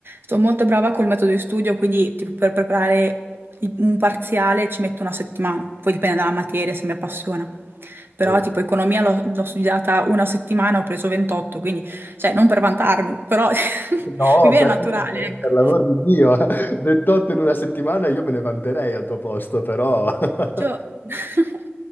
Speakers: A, on the right (about 65°); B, on the left (about 55°).
A: sono molto brava col metodo di studio, quindi tipo, per preparare il- un parziale ci metto una settimana, poi dipende dalla materia, se mi appassiona. Però,
B: bene.
A: tipo, economia l'ho l'ho studiata una settimana, ho preso 28, quindi, cioè, non per vantarmi, però <laughs>
B: No,
A: mi viene
B: per
A: naturale,
B: niente,
A: ecco.
B: per l'amor di Dio, <laughs> 28 in una settimana io me ne vanterei al tuo posto, però... <laughs>
A: Cioè, <laughs>